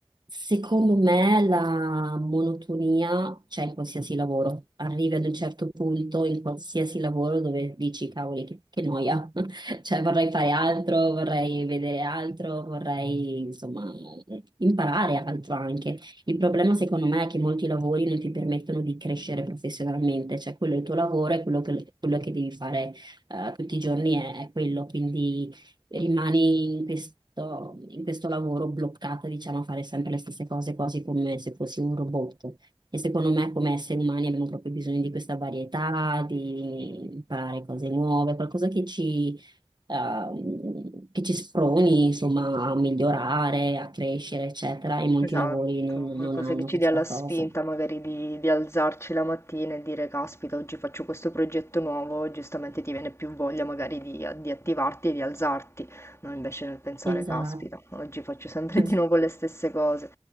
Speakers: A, on the right; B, on the left.
A: secondo me la monotonia c'è in qualsiasi lavoro. Arrivi ad un certo punto in qualsiasi lavoro dove dici, cavoli, che, che noia. <laughs> Cioè, vorrei fare altro, vorrei vedere altro, vorrei, insomma, imparare altro anche. Il problema, secondo me, è che molti lavori non ti permettono di crescere professionalmente. Cioè, quello è il tuo lavoro e quello che, quello che devi fare, eh, tutti i giorni è, è quello. Quindi rimani in questo, in questo lavoro bloccata, diciamo, a fare sempre le stesse cose, quasi come se fossi un robot. E secondo me, come esseri umani, abbiamo proprio bisogno di questa varietà, di imparare cose nuove, qualcosa che ci, ehm, che ci sproni, insomma, a migliorare, a crescere, eccetera. E molti
B: Esatto,
A: lavori non,
B: qualcosa
A: non hanno
B: che ci
A: questa
B: dia la spinta
A: cosa.
B: magari di, di alzarci la mattina e dire caspita, oggi faccio questo progetto nuovo, giustamente ti viene più voglia magari di, di attivarti e di alzarti, non invece nel pensare
A: Esatto,
B: caspita, oggi faccio sempre
A: <laughs>
B: di nuovo le stesse cose.